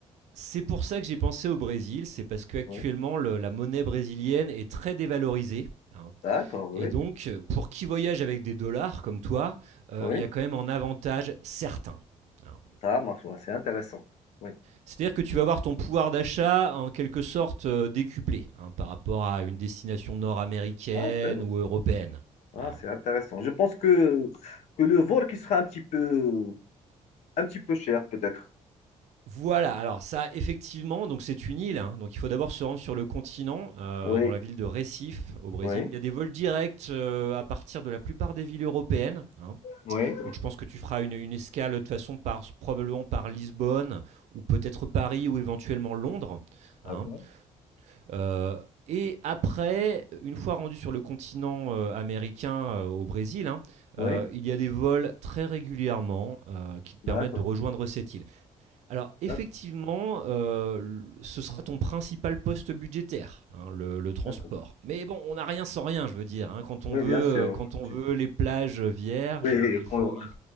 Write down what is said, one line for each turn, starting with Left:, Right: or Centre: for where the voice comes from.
Right: c'est pour ça que j'ai pensé au Brésil, c'est parce qu'actuellement
Left: Oui,
Right: la monnaie brésilienne est très dévalorisée. hein.
Left: d'accord,
Right: Et
Left: oui,
Right: donc, euh, pour qui voyage avec des dollars comme toi, euh,
Left: oui,
Right: il y a quand même un avantage certain. hein.
Left: ça marche, ouais, c'est intéressant. Oui,
Right: C'est-à-dire que tu vas voir ton pouvoir d'achat en quelque sorte euh, décuplé hein, par rapport à une destination nord-américaine
Left: ah, c'est vrai.
Right: ou européenne.
Left: Ah,
Right: hein.
Left: c'est intéressant. Je pense que, que le vol qui sera un petit peu un petit peu cher, peut-être.
Right: Voilà, alors ça, effectivement, donc c'est une île, hein, donc il faut d'abord se rendre sur le continent, euh,
Left: Oui,
Right: dans la ville de Recife, au Brésil.
Left: oui,
Right: Il y a des vols directs euh, à partir de la plupart des villes européennes, hein.
Left: oui.
Right: donc je pense que tu feras une, une escale de toute façon par, probablement par Lisbonne, ou peut-être Paris, ou éventuellement Londres.
Left: D'accord.
Right: hein. Euh, et après, une fois rendu sur le continent euh, américain, euh, au Brésil, hein,
Left: Oui,
Right: euh, il y a des vols très régulièrement euh, qui te permettent
Left: d'accord,
Right: de rejoindre cette île. Alors effectivement,
Left: d'accord,
Right: euh, ce sera ton principal poste budgétaire, hein, le, le transport.
Left: d'accord.
Right: Mais bon, on n'a rien sans rien, je veux dire. hein. Quand on
Left: Oui,
Right: veut,
Left: bien sûr.
Right: euh, quand on
Left: Tu,
Right: veut les plages vierges,
Left: oui,
Right: euh, il faut.
Left: qu'on-
Right: il-